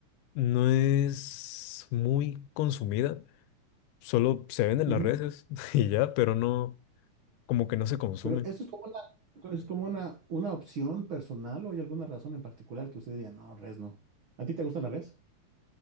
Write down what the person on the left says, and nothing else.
no es muy consumida, solo se venden
las reses <laughs> y ya, pero no, como que no se consume.